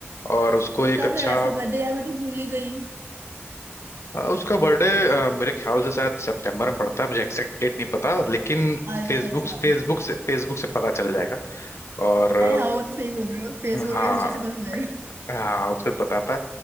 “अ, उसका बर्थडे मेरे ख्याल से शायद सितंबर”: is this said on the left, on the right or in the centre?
Left